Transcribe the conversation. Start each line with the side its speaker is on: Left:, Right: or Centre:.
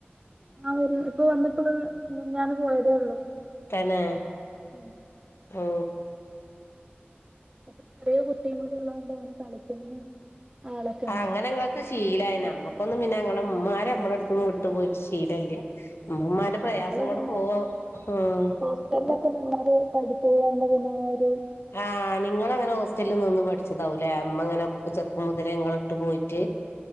Right: ആ വരും ഇപ്പവന്ന്പ്പോ മിഞ്ഞാന്ന് പോയതേഉള്ളു.
Left: തനെ...
Right: ഉംമ്
Left: ഓ....
Right: പപ്പൊ ചെറിയ കുട്ടിമ്മളള്ളണ്ടെ കളിക്കാന് <inaudible> ഉണ്ട്
Left: അങ്ങനെങ്ങൾക്ക് ശീലായി നമ്മക്കൊന്നുംപിന്നങ്ങനഉമ്മാര് മ്മളെട് ത്ത്ന്ന് വിട്ട് പോയി ശീലല്ല. ഇമ്മമ്മാന്റെ
Right: ഉം
Left: പ്രയാസം
Right: ഞങ്ങള്
Left: കൊണ്ട്
Right: പിന്നെ
Left: പോവാ ഉം
Right: ഹോസ്റ്റലിലൊക്കെ നിന്നൊരു പഠിപ്പോയണ്ടകമാരൊ
Left: ആ.. നിങ്ങളങ്ങനെ ഹോസ്റ്റൽനിന്ന് പഠിച്ചതാവൂലേഉമ്മങ്ങനെ ചെറുപ്പം മുതലേഇങ്ങളെ വിട്ട് പോയിട്ട്